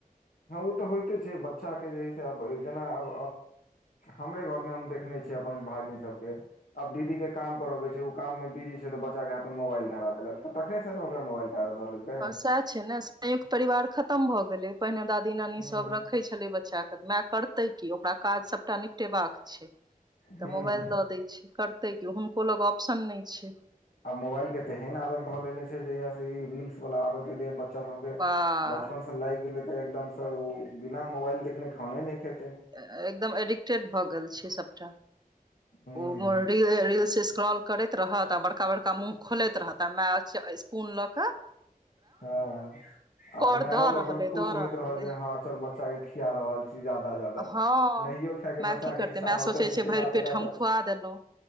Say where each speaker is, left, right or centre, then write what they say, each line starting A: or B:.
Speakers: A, on the left (about 70°); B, on the right (about 25°).
A: हँ ओ तऽ होइते छै बच्चाके जे हइ से आब जेना आब हमरे घरमे हम देखने छियै अपन भागिन सबके अब दीदी के काम करे के छै उ काम मे बिजी छै तऽ बच्चा के हाथ मे मोबाइल धरा देलक तऽ तखनेसँ ने ओकरा मोबाइलके आदाा दऽ लेलकै
B: सेह छै नऽ संयुक्त परिवार खतम भऽ गेलै पहिने दादी नानी
A: हूँ
B: सब रखैत छलै बच्चाके माय करतै कि ओकरा काज सबटा निपटेबाक छैय
A: हूँ
B: तऽ मोबाइल दऽ दय छैय क तै कि हुनको लग ऑप्शन नहि छैय।
A: आब मोबाइल के तेहन आदत धऽ ले छैय जहिया से ई रील्स वला आदत एले बच्चा सबके
B: वाह
A: बचपन से लागि गेलै तऽ एकदमसँ ओ बिना मोबाइल देखने खाने नहि खेते
B: एकदम एडिक्टेड भऽ गेल छै सभटा
A: हूँ
B: ओ रील स्क्रॉल करैत रहत आ बड़का बड़का मुूँह खोलैत रहत आ मैाच स्पून लऽ के
A: हँ आ माय
B: कर दऽ
A: ओ अपन
B: रहल
A: खुश
B: अइ दऽ
A: होइत रहल जे
B: अइ
A: हँ चल बच्चा के खििया रहल छीय ज्यादा ज्यादा
B: हँ
A: नहियो खायके
B: माय
A: बच्चा
B: की करतै
A: के इच्छा
B: माय
A: रहल
B: सोचै
A: तऽ रील्स
B: छै
A: देखा
B: भरि पेट
A: देखा
B: हम
A: के
B: खुआ देलो